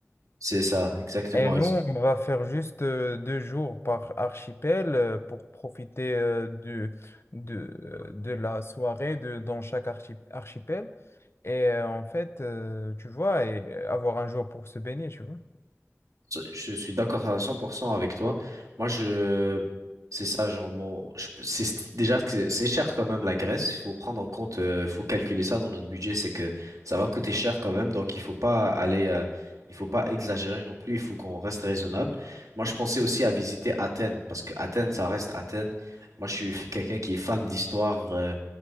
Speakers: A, on the right (about 90°); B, on the left (about 50°).
A: C'est ça, exactement.
B: Et nous, on va faire juste euh, deux jours par archipel euh, pour profiter euh, du- de, euh, de la soirée de, dans chaque archi- archipel. Et euh, en fait, euh, tu vois, et euh, avoir un jour pour se baigner, tu vois.
A: Je suis d'accord à 100% avec toi. Moi, je, c'est ça, genre, mon, je- c'est c'est- déjà que c'est c'est cher quand même la Grèce. Il faut prendre en compte, euh, faut calculer ça dans notre budget, c'est que ça va coûter cher quand même. Donc, il faut pas aller, euh, il faut pas exagérer non plus. Il faut qu'on reste raisonnable. Moi, je pensais aussi à visiter Athènes parce que Athènes, ça reste Athènes. Moi, je suis quelqu'un qui est fan d'histoire. euh,